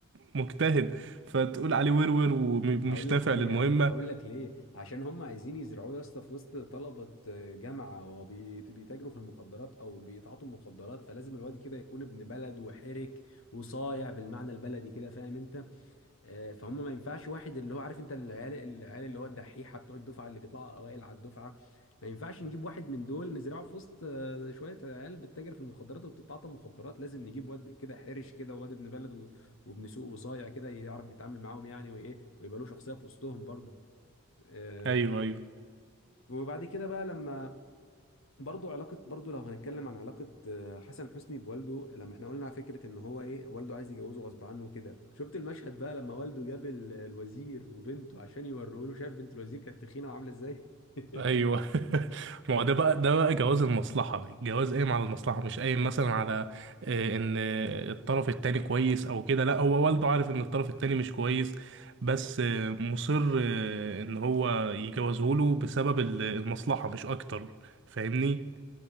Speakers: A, on the right; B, on the left.
A: مجتهد فتقول عليه ورور ومش
B: هقول لك
A: نافع
B: ليه
A: للمهمة
B: هقول هقول لك ليه عشان هم عايزين يزرعوه يا اسطى في وسط طلبه جامعه وبيت- بيتاجروا في المخدرات او بيتعاطوا مخدرات فلازم الواد كده يكون ابن بلد وحرك وصايع بالمعنى البلدي كده فاهم انت آه، فهم ما ينفعش واحد اللي هو عارف انت العيال العيال اللي هو الدحيحه بتوع الدفعه اللي بيطلعوا اوائل على الدفعه ما ينفعش نجيب واحد من دول نزرعه في وسط آه، شويه عيال بتتاجر في المخدرات وبتتعاطى مخدرات لازم نجيب واد كده حرش كده واد ابن بلد و- وابن سوق وصايع كده يعرف يتعامل معاهم يعني وايه ويبقى له شخصيه في وسطهم برضه آه،
A: أيوه أيوه
B: وبعد كده بقى لما برضو علاقة برضو لو هنتكلم عن علاقة آه، حسن حسني بوالده لما احنا قلنا على فكرة ان هو ايه والده عايز يجوزه غصب عنه كده شفت المشهد بقى لما والده جاب ال- الوزير وبنته عشان يوروه له شاف بنت الوزير كانت تخينة وعاملة ازاي <laughs>
A: ايوه <laughs> ما هو ده بقى ده بقى جواز المصلحه جواز قايم على المصلحه مش قايم مثلا على آه، ان الطرف التاني كويس او كده لا هو والده عارف ان الطرف التاني مش كويس بس آه، مصر آه، ان هو يجوزه له بسبب ال- المصلحه مش اكتر فاهمني